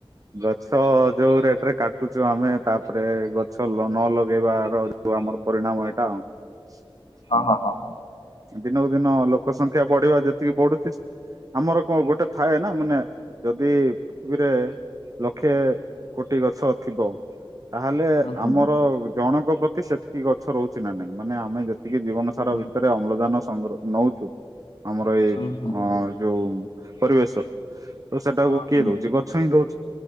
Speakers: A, on the right; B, on the left.
A: ଗଛ ଯୋଉ ରେଟ ରେ କାଟୁଛୁ ଆମେ ତାପରେ, ଗଛଲ ନ ଲଗେଇବା ର ରିବୁ <unintelligible> ଆମର ପରିଣାମ ଏଇଟା। ଆଉ।
B: ହଁ, ହଁ, ହ।
A: ଦିନକୁ ଦିନ ଲୋକ ସଂଖ୍ୟା ବଢିବା ଯେତିକି ବଢୁଛି, ଆମର କଣ ଗୋଟେ ଥାଏ ନା, ମାନେ ଯଦି ପୃଥିବୀରେ ଲକ୍ଷେ, କୋଟି ଗଛ ଥିବ ତାହେଲେ,
B: ହୁଁ ହୁଁ
A: ଆମର ଜଣଙ୍କ ପ୍ରତି ସେତିକି ଗଛ ରହୁଛି ନା, ନାଇଁ, ମାନେ ଆମେ ଯେ ଏତିକି ଜୀବନ ସାର
B: ହୁଁ
A: ଭିତରେ ଅମ୍ଳଜାନ ସଂଗହ ନଉଛୁ, ଆମର ଏଇ
B: ହୁଁ ହୁଁ
A: ଅ ଯୋଉ ପରିବେଶ ତ ସେଟାକୁ
B: ହୁଁ
A: କିଏ
B: ହୁଁ
A: ଦଉଛି? ଗଛ ହିଁ ଦଉଛି।